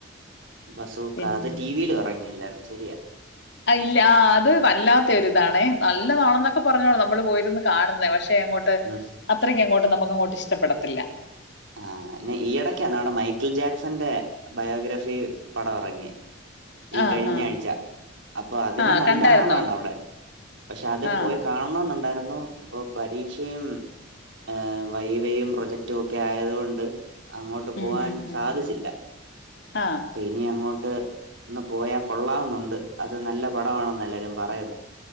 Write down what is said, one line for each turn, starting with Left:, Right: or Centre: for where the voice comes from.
Right: ബസാേക്ക
Left: പിന്നെ
Right: അത് ടീ വി യിലും എറങ്ങിയില്ലായിരുന്നു ശരിയാ
Left: അഹ് ഇല്ല ആഹ് അത് വല്ലാതൊരിതാണ് നല്ലതാണെന്നൊക്കെ പറഞ്ഞോണ് നമ്മള് പോയിരുന്ന് കാണുന്നെ പക്ഷെ എങ്ങോ ട്ട്
Right: ഉം
Left: അത്രയ്ക്ക് അങ്ങോട്ട് നമുക്ക്ങ്ങോട്ട് ഇഷ്ട്ടപ്പെടത്തില്ല
Right: ആഹ് പിന്നെ ഈയടക്കാ ന്നാടം മൈക്കിൾ ജാക്സന്റെ ബയോഗ്രഫി പടം എറങ്ങ്യ ഈ
Left: ആ
Right: കഴിഞ്ഞ
Left: ആ
Right: ആഴ്ച അപ്പൊ അതിന്
Left: ആ
Right: നല്ല
Left: കണ്ടായിരുന്നോ
Right: ആളാണ് അവ്ടെ പക്ഷെ അത്
Left: ആ
Right: പോയി കാണണംന്നുണ്ടായിരുന്നു ഇപ്പൊ പരീക്ഷയും ഏ് വൈവയും പ്രൊജക്ടു ഒക്ക ക്കെ ആയത്കൊണ്ട് അങ്ങോട്ട് പോവാൻ
Left: ഉം ഉം ഉം
Right: സാധിച്ചില്ല
Left: ഉം ആ
Right: ഇനി അങ്ങോട്ട് ഒന്ന് പോയാ കൊള്ളാംന്നുണ്ട് അത് നല്ല പടമാണെന്ന് എല്ലാരും പറയുന്ന്